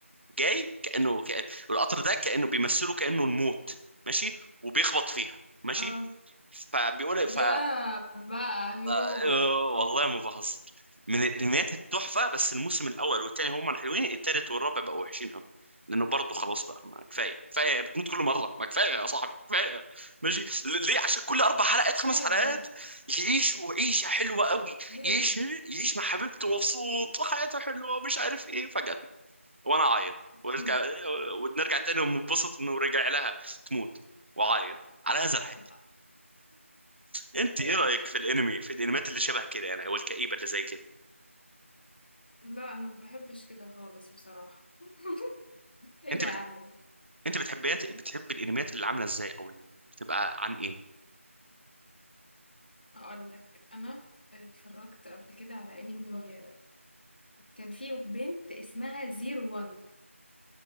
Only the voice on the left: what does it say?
آه،
ياه
بقى، يوه!
كفاية
بجد،
ليه؟
بتموت،
اتع
لا
إله
إلا
الله، لا أنا ما باحبش كده خالص بصراحة، <laughs> إيه
ده يا
عم ده؟
هاقول لك، أنا اتفرّجت قبل كده على أنمي كان في بنت اسمها zero one